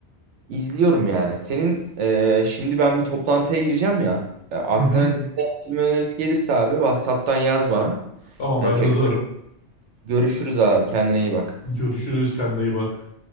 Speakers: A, on the right; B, on the left.
A: İzliyorum yani. Senin e, şimdi ben bir toplantıya gireceğim ya. E, aklına
B: hı hı.
A: dizi veya film önerisi gelirse abi WhatsApp'tan yaz bana.
B: Tamam
A: E,
B: ben yazarım.
A: tekrar görüşürüz abi. Kendine iyi bak.
B: Görüşürüz kendine iyi bak.